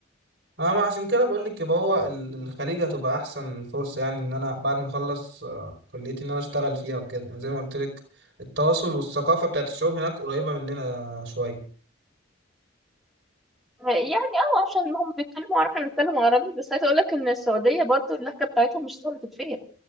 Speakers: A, on the right; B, in the centre.
A: اه ما عشان كده بقول لك يبقى هو ال- الخليج هتبقى احسن فرصه يعني ان انا بعد ما اخلص آه، كليتي ان انا اشتغل فيها وكده يعني زي ما قلت لك التواصل والثقافه بتاعت الشعوب هناك قريبه مننا شويه
B: يعني اه عشان هم بيتكلموا عربي احنا بنتكلم عربي بس عايزه اقول لك ان السعوديه برضو اللهجه بتاعتهم مش سهله تتفهم